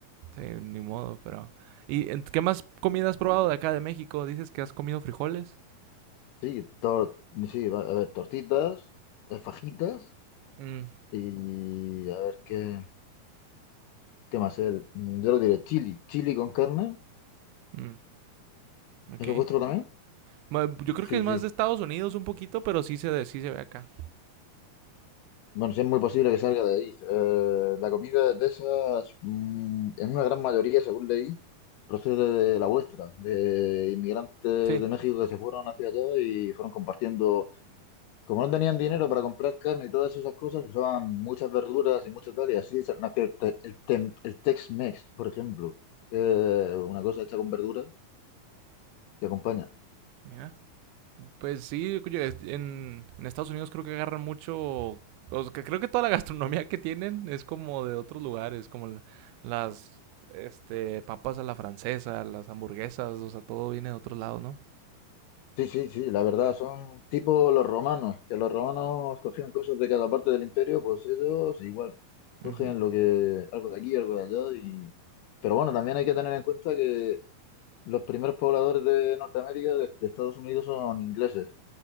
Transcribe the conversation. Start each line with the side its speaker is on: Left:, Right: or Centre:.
Right: sí, ni modo, pero. ¿Y en- qué más comida has probado de acá de México? Dices que has comido frijoles.
Left: Sí, tor- sí, va- a ver, tortitas, eh, fajitas
Right: Mm,
Left: y a ver qué, qué más. El, yo lo diré, chili. Chili con carne.
Right: mm, ok.
Left: ¿Eso es vuestro también?
Right: Ma- Yo creo
Left: Sí,
Right: que es más
Left: sí.
Right: de Estados Unidos un poquito, pero sí se, de- sí se ve acá.
Left: Bueno, sí es muy posible que salga de ahí. Eh, la comida de Texas, mm, en una gran mayoría, según leí, procede de la vuestra, de inmigrantes
Right: Sí,
Left: de México que se fueron hacia allá y fueron compartiendo. Como no tenían dinero para comprar carne y todas esas cosas, usaban muchas verduras y mucho tal, y así se- nació el, te- el tem- el Tex-Mex, por ejemplo, que es una cosa hecha con verduras que acompaña.
Right: mira. Pues sí, yo- en, en Estados Unidos creo que agarran mucho, o sea, que creo que toda la <laughs> gastronomía que tienen es como de otros lugares, como la- las este papas a la francesa, las hamburguesas, o sea, todo viene de otros lados, ¿no?
Left: Sí, sí, sí, la verdad, son tipo los romanos, que los romanos cogían cosas de cada parte del imperio, pues ellos igual, cogen
Right: Ujú.
Left: lo que, algo de aquí, algo de allá, y... Pero bueno, también hay que tener en cuenta que los primeros pobladores de Norteamérica, de, de Estados Unidos, son ingleses